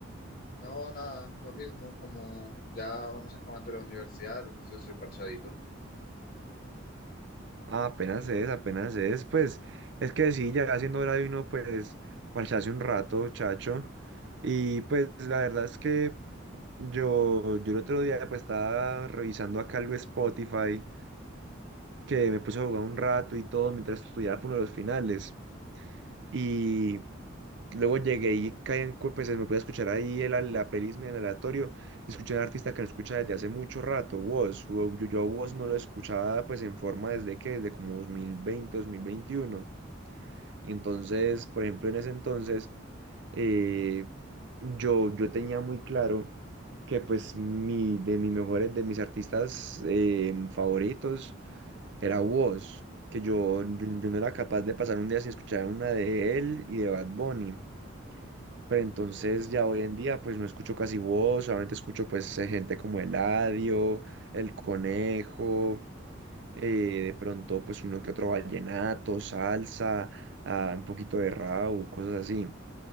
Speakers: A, on the left; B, on the right.
A: No, nada, lo mismo, como ya vamos acabando la universidad, entonces estoy parchadito.
B: Ah, apenas es, apenas es, pues, es que sí, ya haciendo hora de uno, pues, parcharse un rato, chacho. Y pues, la verdad es que yo, yo el otro día, pues, estaba revisando acá el Spotify. que me puse a jugar un rato y todo mientras estudiaba por uno de los finales. Y luego llegué y caí en cu- pues me pude escuchar ahí el, al- la playlist en aleatorio. Y escuché a un artista que no escucha desde hace mucho rato, Wos. Wo- Yo, yo a Wos no lo escuchaba pues en forma desde que, desde como dos dos mil veinte dos mil veintiuno Y entonces, por ejemplo, en ese entonces, eh, yo, yo tenía muy claro que pues mi, de mis mejores, de mis artistas eh, favoritos era Woz, que yo, yo, yo no era capaz de pasar un día sin escuchar una de él y de Bad Bunny. Pero entonces ya hoy en día pues no escucho casi Woz, solamente escucho pues eh, gente como Eladio, El Conejo, eh, de pronto pues uno que otro vallenato, salsa, ah, un poquito de rap, cosas así.